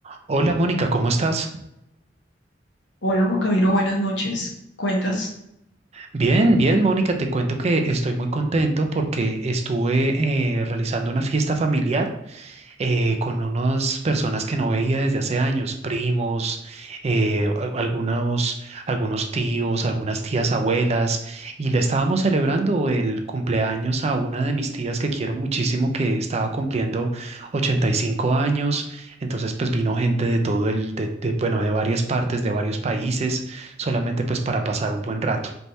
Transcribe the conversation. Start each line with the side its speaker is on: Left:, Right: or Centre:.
Right: Hola Mónica, ¿cómo estás?
Left: Hola Juan Camilo, buenas noches. ¿Cuentas?
Right: Bien, bien Mónica, te cuento que estoy muy contento porque estuve eh, realizando una fiesta familiar. eh, con unas personas que no veía desde hace años, primos, eh, a- algunos, algunos tíos, algunas tías abuelas, y le estábamos celebrando el cumpleaños a una de mis tías que quiero muchísimo, que estaba cumpliendo 85 años, entonces pues vino gente de todo el, de, de, bueno, de varias partes, de varios países, solamente pues para pasar un buen rato.